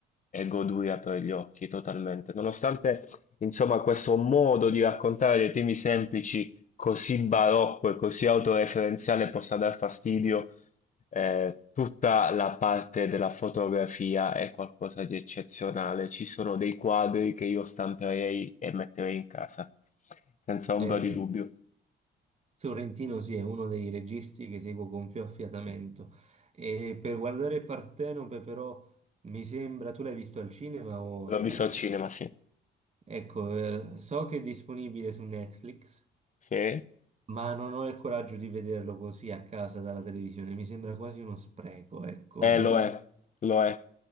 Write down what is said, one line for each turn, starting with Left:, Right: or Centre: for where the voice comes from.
Left: è goduria per gli occhi totalmente. Nonostante, insomma, questo modo di raccontare dei temi semplici così barocco e così autoreferenziale possa dar fastidio. Eh, tutta la parte della fotografia è qualcosa di eccezionale. Ci sono dei quadri che io stamperei e metterei in casa, senza ombra
Right: Eh,
Left: di dubbio.
Right: Sorrentino sì, è uno dei registi che seguo con più affiatamento. E per guardare Partenope però mi sembra, tu l'hai visto al cinema o
Left: L'ho
Right: a casa?
Left: visto al cinema, sì.
Right: Ecco, eh, so che è disponibile su Netflix.
Left: Sì? Eh,
Right: Ma non ho il coraggio di vederlo così a casa dalla televisione, mi sembra quasi uno spreco, ecco. non-
Left: lo è, lo è.